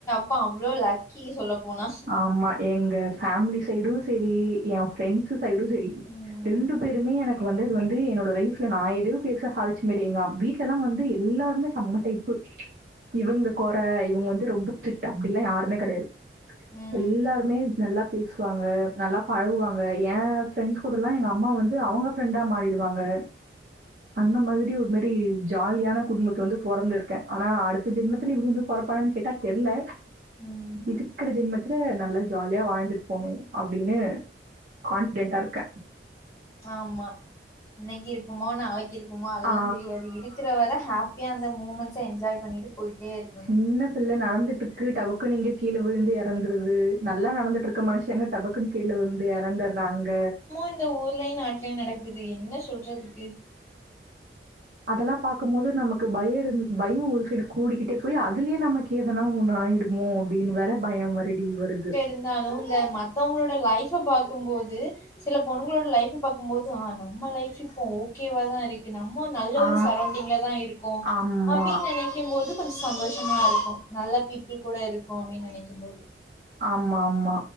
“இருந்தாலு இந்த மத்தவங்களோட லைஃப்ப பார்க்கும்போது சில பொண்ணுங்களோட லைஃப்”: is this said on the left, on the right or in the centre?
Left